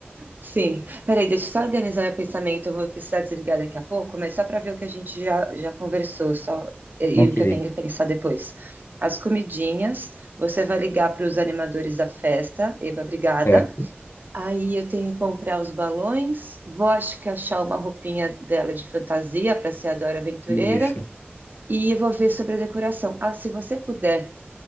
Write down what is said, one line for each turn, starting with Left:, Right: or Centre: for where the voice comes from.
Right: sim. Peraí, deixa eu só organizar meu pensamento. Eu vou precisar desligar daqui a pouco, mas só para ver o que a gente já, já conversou, só e,
Left: Ok,
Right: e o que eu tenho que pensar depois. As comidinhas, você vai ligar para os animadores da festa, Eba, obrigada.
Left: certo.
Right: Aí eu tenho que comprar os balões, vou acho que achar uma roupinha dela de fantasia para ser a Dora Aventureira
Left: Isso.
Right: e eu vou ver sobre a decoração. Ah, se você puder,